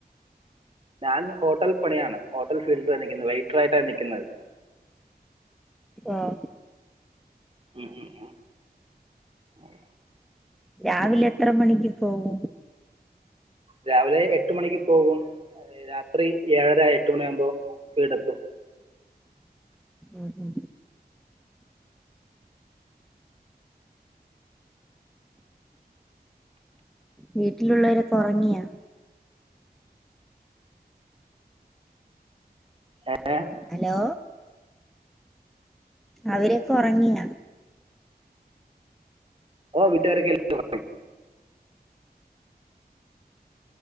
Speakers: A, on the right (about 35°); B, in the centre.
A: ഞാൻ ഹോട്ടൽ പണിയാണ് ഹോട്ടൽ ഫീൽഡിലാ നിക്കുന്നത് വെയ്റ്ററായിട്ടാണ് നിക്കുന്നത്
B: ആഹ്
A: <unintelligible>
B: രാവിലെ എത്ര മണിക്ക് പോവും
A: രാവിലെ എട്ട് മണിക്ക് പോകും രാത്രി ഏഴര എട്ട് മണിയാകുമ്പോ വീടെത്തും
B: ഉം ഉം വീട്ടിലുള്ളവരൊക്കെ ഒറങ്ങിയാ
A: ഏഹ്
B: ഹലോ അവരൊക്കെ ഉറങ്ങിയാ
A: ഓ വിട്ട്കാരക്കെ എല്ലാരും ഒറങ്ങി